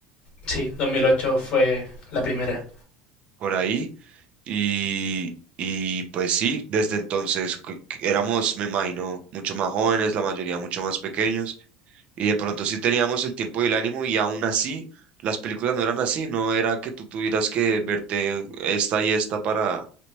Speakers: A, on the left; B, on the right.
A: Sí, 2008 fue la primera.
B: por ahí. Y, y pues sí, desde entonces cu- que éramos, me imagino, mucho más jóvenes, la mayoría mucho más pequeños, y de pronto sí teníamos el tiempo y el ánimo, y aún así las películas no eran así, no era que tú tuvieras que verte esta y esta para,